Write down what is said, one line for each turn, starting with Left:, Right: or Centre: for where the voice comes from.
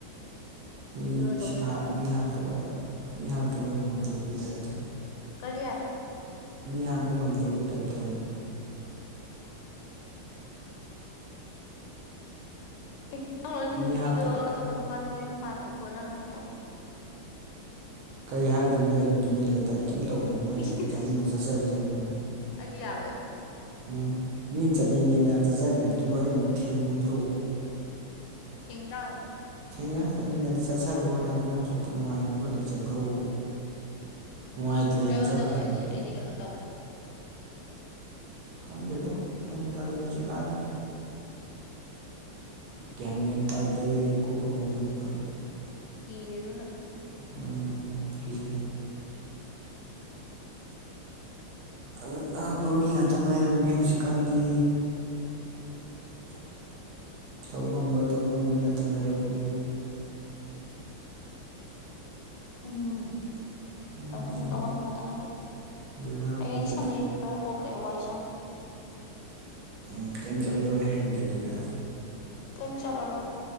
Left: ꯂꯨꯅ
Right: ꯃꯤ
Left: ꯇꯧꯗꯣꯏꯅꯣ
Right: ꯁꯥꯍꯥꯠ ꯃꯤ ꯍꯥꯄꯒ ꯃꯤ ꯍꯥꯄꯒ ꯌꯥꯝ ꯉꯝꯗꯧ ꯗꯧꯒꯤ ꯇꯥꯏꯞꯇ
Left: ꯀꯔꯤꯌꯥ
Right: ꯃꯤ ꯍꯥꯠꯄ ꯉꯝꯗꯧꯕꯒꯤ ꯇꯥꯏꯞꯇ ꯌꯥꯝ
Left: ꯑꯦ ꯅꯪ ꯂꯧꯔꯤꯕ
Right: ꯃꯤ
Left: ꯅꯨꯄꯤꯗꯣ
Right: ꯍꯥꯠꯄ
Left: ꯑꯇꯣꯞꯄ ꯅꯨꯄꯥꯗ ꯃꯌꯨꯝ ꯄꯥꯟ ꯊꯣꯛꯈ꯭ꯔꯣ ꯅꯪ ꯀꯃꯥꯏꯅ ꯇꯧꯅꯤ
Right: ꯀꯔꯤ ꯍꯥꯏꯗꯣꯏꯅꯣ ꯑꯩ ꯑꯗꯨꯝ ꯇꯨꯃꯤꯟ ꯂꯩꯇ ꯑꯩ ꯀꯩꯝꯇ ꯇꯧꯔꯣꯏ ꯃꯥꯏ
Left: ꯏꯁ
Right: ꯆꯠꯆ ꯆꯠꯅꯤꯡꯕ ꯆꯠꯆꯒꯤꯖꯅꯨꯑꯣ
Left: ꯑꯩꯗꯤ ꯌꯥꯔꯣꯏ ꯑꯗꯨ
Right: ꯎꯝ ꯃꯤꯅ ꯆꯠꯅꯤꯡꯉꯦꯅ ꯆꯠꯆꯕꯤꯕꯗꯨ ꯑꯩꯅ ꯑꯃꯨꯛ ꯊꯤꯡꯉꯨꯗ꯭ꯔꯣ
Left: ꯊꯤꯡ ꯇꯕꯅꯤ
Right: ꯊꯦꯡꯉ ꯆꯠꯅꯤꯡꯉꯗꯤ ꯆꯠꯆꯈ꯭ꯔꯣ ꯌꯥꯔꯦ ꯅꯪ ꯊꯣꯛꯄ ꯅꯨꯡꯉꯥꯏꯅꯕ ꯂꯩꯖꯒ꯭ꯔꯣ ꯅꯨꯡꯉꯥꯏꯇ꯭ꯔꯦꯅ
Left: ꯑꯩꯉꯣꯟꯗꯒ
Right: ꯆꯠꯈ꯭ꯔꯤꯅꯤ
Left: ꯑꯣꯏꯔꯗꯤ
Right: ꯀꯩꯅꯣ
Left: ꯑꯩꯗꯤ ꯀꯩꯅꯣ ꯇꯧꯒꯅꯤ
Right: ꯈꯪꯗꯦꯗ ꯒ꯭ꯌꯥꯟꯇꯗꯦ ꯍꯧꯖꯤꯛꯀꯥꯟꯁꯦ ꯒ꯭ꯌꯥꯟ ꯃꯦꯟ ꯇꯥꯗꯦ ꯀꯣꯛꯀ ꯉꯥꯎꯖꯩ ꯈꯣꯏ
Left: ꯍꯤꯔꯦ ꯑꯗꯨꯅ
Right: ꯎꯝ ꯀꯤꯖꯩ ꯑꯉꯛ ꯑꯉꯛꯄ ꯃꯤ ꯉꯥꯛꯇ ꯉꯥꯏꯔꯕꯅꯦ ꯍꯧꯖꯤꯛꯀꯥꯟꯗꯤ ꯇꯧ ꯉꯝꯕ ꯇꯧ ꯉꯝꯕꯤ ꯉꯥꯛꯇ ꯉꯥꯏꯔꯕꯅꯦ
Left: ꯎꯝ
Right: ꯑꯗꯨꯅ
Left: ꯇꯧꯉꯝꯕ ꯇꯧꯉꯝꯕꯤ ꯉꯥꯛꯇ ꯉꯥꯏꯔꯦ
Right: ꯕꯦꯔꯥꯅꯤ
Left: ꯍꯌꯦꯗꯤ
Right: ꯑꯗꯨꯅ
Left: ꯁꯟꯗꯦꯅꯤ ꯈꯔ ꯑꯣꯞ ꯂꯩ ꯋꯥꯏꯁꯪ
Right: ꯎꯝ ꯀꯩꯝ ꯆꯠꯂꯔꯣꯏ ꯍꯌꯦꯡꯗꯤ ꯑꯗꯨꯗꯤ
Left: ꯀꯩꯝ ꯆꯠꯂꯔꯣ